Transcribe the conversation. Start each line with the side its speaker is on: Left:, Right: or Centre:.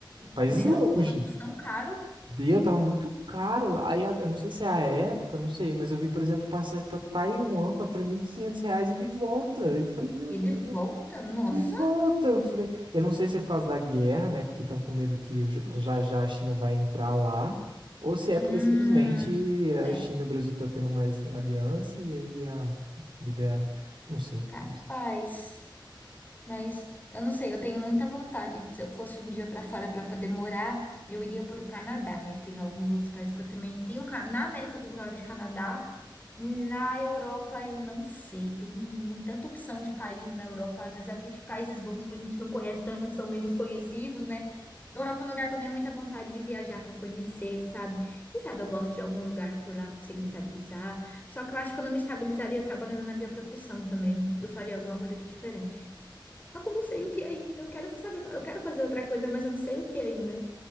Right: Países
Left: Deu?
Right: longes.
Left: Tava tudo tão caro.
Right: Deu, tava muito caro. Aí a- eu não sei se é a época, eu não sei, mas eu vi, por exemplo, passagem pra Taiwan, 4.500 reais e de volta. Eu falei, meu
Left: E
Right: Deus.
Left: de volta, nossa.
Right: E volta, eu falei. Eu não sei se é por causa da guerra, né? Porque estão com medo que j- já já a China vai entrar lá, ou se é
Left: Hum,
Right: porque simplesmente a
Left: é,
Right: China e o Brasil tá tendo mais aliança e aí a libera. Não sei,
Left: capaz.
Right: não sei.
Left: Mas eu não sei, eu tenho muita vontade. Se eu fosse um dia pra fora pra poder morar, eu iria pro Canadá, mas tem alguns outros países que eu também tenho. ca- Na América do Norte, Canadá. Na Europa, eu não sei. Tem mu- tanta opção de país na Europa, às vezes até de países bons que a gente não conhece tanto, são menos conhecidos, né? Na Europa é um lugar que eu tenho muita vontade de viajar pra conhecer, sabe? Quem sabe eu gosto de algum lugar por lá, consigo me estabilizar. Só que eu acho que eu não me estabilizaria trabalhando na minha profissão também. Eu faria alguma coisa diferente. Só que eu não sei o que ainda. Eu quero saber, eu quero fazer outra coisa, mas eu não sei o que ainda.